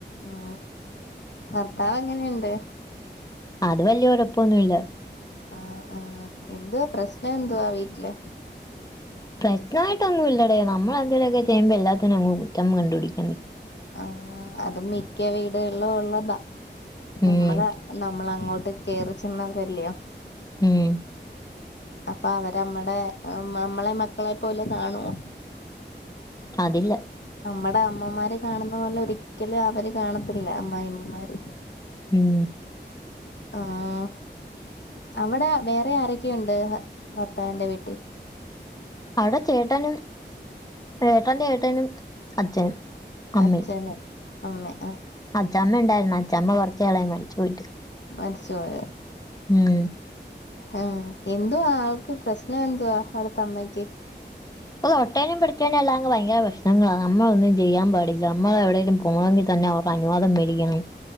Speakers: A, on the left; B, on the left.
A: ഉ ഭർത്താവ് എങ്ങനെയിണ്ട്
B: അത് വലിയ കൊഴപ്പൊന്നുല്ല
A: ആഹ് ആഹ് എന്തുവാ പ്രശ്നം എന്തുവാ വീട്ടില്
B: പ്രശ്നായിട്ടൊന്നുല്ലെടെ നമ്മെളെന്തെലുവൊക്കെ ചെയ്യുമ്പോ എല്ലാത്തിനും കുറ്റം കണ്ടുപിടിക്കും
A: ആ അത് മിക്ക വീടുകളിലും ഒള്ളതാ
B: ഉം
A: നമ്മള് നമ്മൾ അങ്ങോട്ട് കേയറിച്ചെന്നവരല്ലിയോ
B: ഉം
A: അപ്പൊ അവരമ്മടെ നമ്മളെ മക്കളെ പോലെ കാണുവോ
B: അതില്ല
A: നമ്മടെ അമ്മമാര് കാണുന്ന പോലെ ഒരിക്കലും അവര് കാണത്തില്ല അമ്മായിമ്മമാര്
B: ഉം
A: ആഹ് അവിടെ വേറെ ആരൊക്കെയുണ്ട് ഭർത്താന്റെ വീട്ടിൽ.
B: അവിടെ ചേട്ടനും ഏട്ടൻ ഏട്ടനും അച്ഛനും. അമ്മയും
A: അച്ഛനും അമ്മെ.
B: അച്ചമ്മ ഉണ്ടായിരുന്നു അച്ചമ്മ കുറച്ച നാളായി മരിച്ച്പോയിട്ട്.
A: മരിച്ചുപോയ.
B: ഉം
A: ഉം എന്തുവാ ആൾക്ക് പ്രശ്നം എന്തുവാ അവിടുത്ത അമ്മയ്ക്ക്.
B: അ ഒട്ടേനും പിടിച്ചേും അല്ലാങ്ക ഭയര ഭശ്നങ്ങളാണ് നമ്മള ഒന്നും ചെയ്യാൻാടില്ല നമ്മൾ എവിടെേലിലും പോണെങ്കിൽ തന്നെ. അനുവാദം മേടിക്കണം